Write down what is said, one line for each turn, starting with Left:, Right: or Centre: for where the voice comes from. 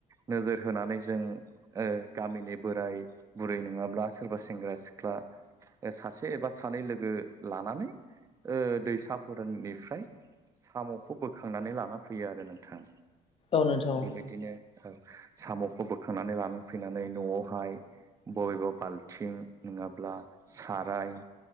Right: नोजोर होनानै जों ओ गामिनि बोराय बुरै नोङाब्ला सोरबा सेंग्रा सिख्ला सासे एबा सानै लोगो लानानै ओ दैसाफोराननिफ्राय साम'खौ बोखांनानै लाना फैयो आरो नोंथां
Left: औ नोंथां औ
Right: बेबायदिनो साम'खौ बोखांनानै लानानै फैनानै न'आवहाय बबेबा बाल्थिं नोङाब्ला साराय